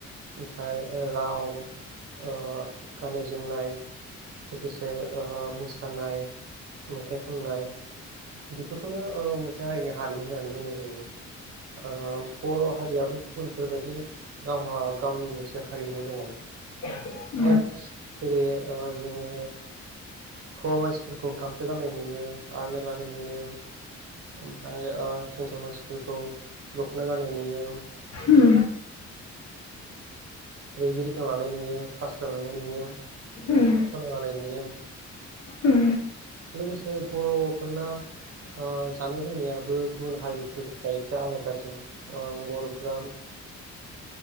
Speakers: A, on the right; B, on the left.
A: ओमफ्राय ओ राव ओ गाननाय जोमनाय लोगोसे ओ मो सानाय मेथाइ खननाय बेफोरखौनो ओ मोनसे हारिनि हारिमु होननानै बुंनाय जायो। ओ बर' हारियाबो गुबुनफोर बायदि गावहा गावनि मोनसे हारिमु दङ।
B: <inaudible>
A: <unintelligible> जेरै जोङो हौवा मानसिफोरखौ गामसा गाननाय नुयो आर'नाइ लानाय नुयो। ओमफ्राय हिन्जाव मानसिफोरखौ दख'ना गानानाय नुयो
B: उम
A: दैगिरिखौ लानाय नुयो फास र लानाय नुयो।
B: उम
A: सना लायनि
B: उम
A: लोगोसे बर'फोरना जानाय लोंनायाबो गुबुन हारिफोरनि एसे आलादासिम बर'फ्रा